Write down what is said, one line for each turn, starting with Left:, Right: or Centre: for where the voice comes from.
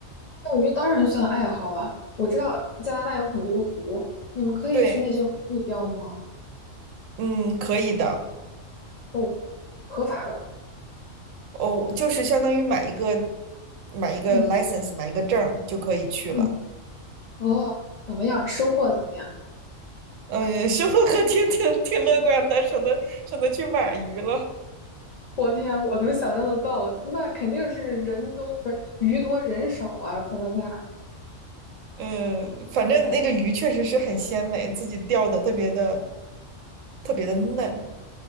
Left: 钓鱼当然算爱好了，我知道加拿大有很多湖，你们可以去那些湖里钓吗？
Right: <laughs> 对，嗯，可以的。
Left: 哦，合法的。
Right: 哦，就是相当于买一个买一个
Left: 嗯
Right: license，买一个证儿就可以去了。
Left: 嗯，哦，怎么样？收获怎么样？
Right: 嗯，也是我还挺挺挺乐观的，省得省得去买鱼了。
Left: 我天，我能想象得到，那肯定是人多，不是鱼多人少啊，加拿大。
Right: 嗯，反正那个鱼确实是很鲜美，自己钓的特别的特别的嫩。